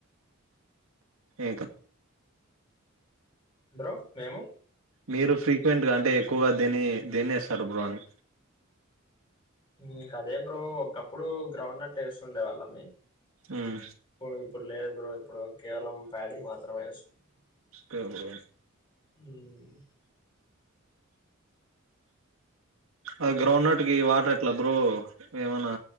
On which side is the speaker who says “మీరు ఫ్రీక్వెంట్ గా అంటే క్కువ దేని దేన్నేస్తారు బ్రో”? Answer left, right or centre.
Right